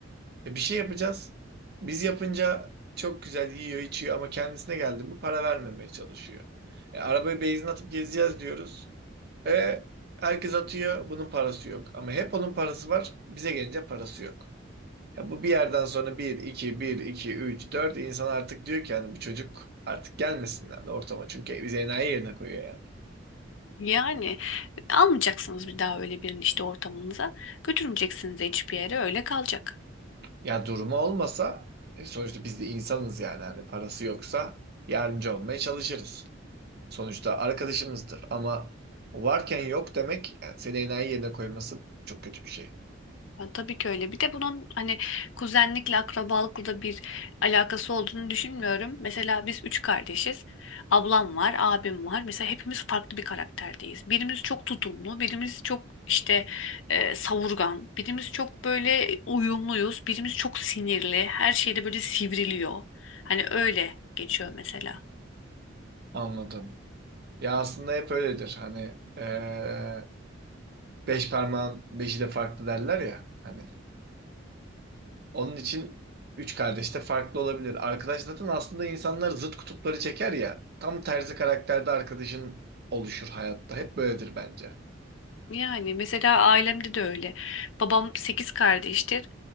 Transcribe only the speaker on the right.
E, bir şey yapacağız. Biz yapınca çok güzel yiyor, içiyor ama kendisine geldi mi para vermemeye çalışıyor. E, arabaya benzin atıp gezeceğiz diyoruz. E, herkes atıyor, bunun parası yok. Ama hep onun parası var, bize gelince parası yok. Ya bu bir yerden sonra bir, iki, bir, iki, üç, dört insan artık diyor ki yani bu çocuk artık gelmesin yani ortama. Çünkü bizi enayi yerine koyuyor yani.
Ya durumu olmasa e, sonuçta biz de insanız yani. Hani parası yoksa yardımcı olmaya çalışırız. Sonuçta arkadaşımızdır ama varken yok demek yani seni enayi yerine koyması çok kötü bir şey.
Anladım. Ya aslında hep öyledir. Hani eee, beş parmağın beşi de farklı derler ya. Hani onun için üç kardeş de farklı olabilir. Arkadaş zaten aslında insanlar zıt kutupları çeker ya. Tam tersi karakterde arkadaşın oluşur hayatta. Hep böyledir bence.